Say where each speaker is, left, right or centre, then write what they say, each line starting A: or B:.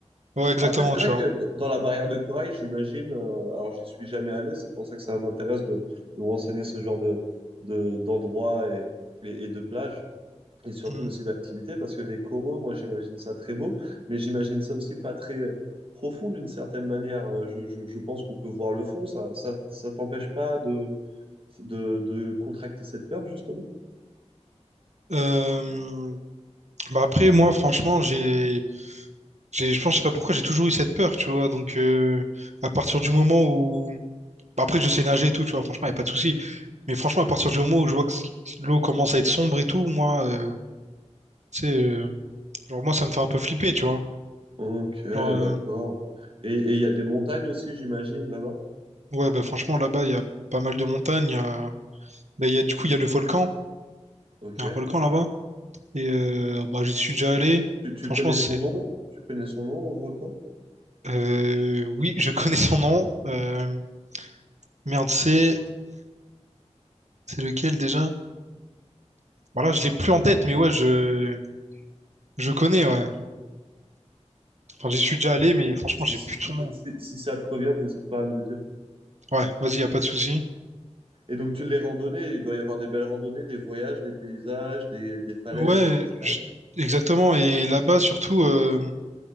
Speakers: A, on the right; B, on the right.
A: ouais, exactement,
B: Après, c'est
A: tu
B: vrai
A: vois.
B: que d- dans la barrière de corail, j'imagine, euh, alors j'y suis jamais allé, c'est pour ça que ça m'intéresse de, de me renseigner ce genre de, de, d'endroits et, et, et de plages, et surtout
A: Mm.
B: aussi d'activités, parce que les coraux, moi j'imagine ça très beau, mais j'imagine ça aussi pas très euh, profond d'une certaine manière. Euh, Je, je, je pense qu'on peut voir le fond, ça, ça, ça t'empêche pas de, de contracter cette peur, justement?
A: Euh, Bah après, moi, franchement, j'ai, j'ai, je pense, je sais pas pourquoi, j'ai toujours eu cette peur, tu vois. Donc, euh, à partir du moment où, bah, après, je sais nager et tout, tu vois. Franchement, y a pas de souci. Mais franchement, à partir du moment où je vois que l'eau commence à être sombre et tout, moi, euh, tu sais. euh, Genre, moi, ça me fait un peu flipper, tu vois.
B: Ok,
A: Genre,
B: d'accord.
A: euh,
B: Et et il y a des montagnes aussi, j'imagine, là-bas?
A: ouais, bah, franchement, là-bas, il y a pas mal de montagnes. Il y a, bah, il y a, du coup, il y a le volcan.
B: Ok.
A: Il y a un volcan là-bas. Et euh, bah, j'y suis déjà allé.
B: Tu, tu
A: Franchement,
B: connais
A: c'est.
B: son nom? Tu connais son nom au volcan?
A: euh, oui, je <laughs> connais son nom. Euh, merde, c'est. C'est lequel déjà? Voilà, je l'ai plus en tête, mais ouais, je. Je connais, ouais. Enfin, j'y suis déjà allé, mais franchement,
B: Si,
A: j'ai
B: si-
A: plus
B: si-
A: son nom.
B: si- si ça te revient, n'hésite pas à me le dire.
A: Ouais, vas-y, y a pas de souci.
B: Et donc, tu les randonnées, il doit y avoir des belles randonnées, des voyages, des paysages, des, des falaises,
A: Ouais,
B: des cascades.
A: je- exactement. Et là-bas, surtout, euh,